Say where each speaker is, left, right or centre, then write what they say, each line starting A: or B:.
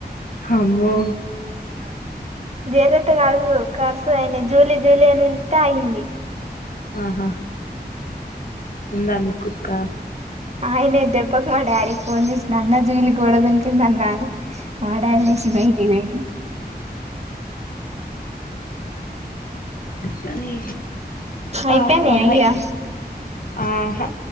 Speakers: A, on the left (about 55°); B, on the right (about 40°).
A: హమ్మో
B: <unintelligible> ఆగదు కర్సు అయన జూలీ జూలీ అని పిలిత్తే ఆగింది
A: ఆహా ఉందా మీ కుక్క
B: ఆయన దెబ్బకు మా డాడీ కి ఫోన్ చేసి అన్న జీలి గోడ దుంకిందన్న మా డాడీ లేసి బైటికి పోయిండు
A: కానీ పాపం
B: అయిపోయినయా
A: అమ్మాయి
B: అయ్యా
A: ఆహా